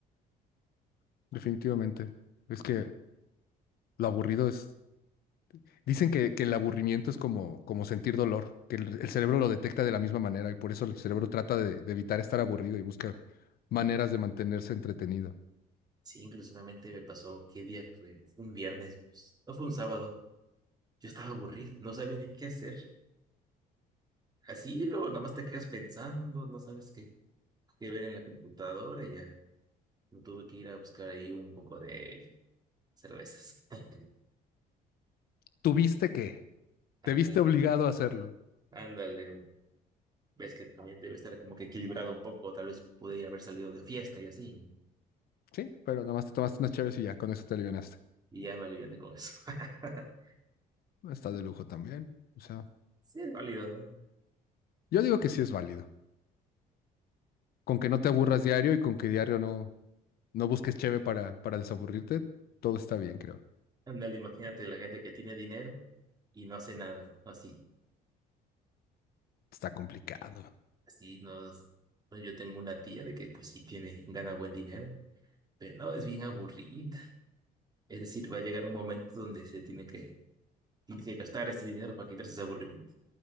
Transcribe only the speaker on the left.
<laughs> definitivamente. Es que lo aburrido es... Dicen que, que el aburrimiento es como, como sentir dolor, que el, el cerebro lo detecta de la misma manera y por eso el cerebro trata de, de evitar estar aburrido y busca maneras de mantenerse entretenido.
¿Tuviste que? ¿Te
viste obligado a hacerlo?
Sí, pero nada más te tomaste unas chaves y ya con eso te alivianaste.
Está de lujo también. O sea,
yo digo que sí es válido. Con que no te aburras diario y con que diario no, No busques cheve para, para desaburrirte. Todo está bien, creo.
Está complicado.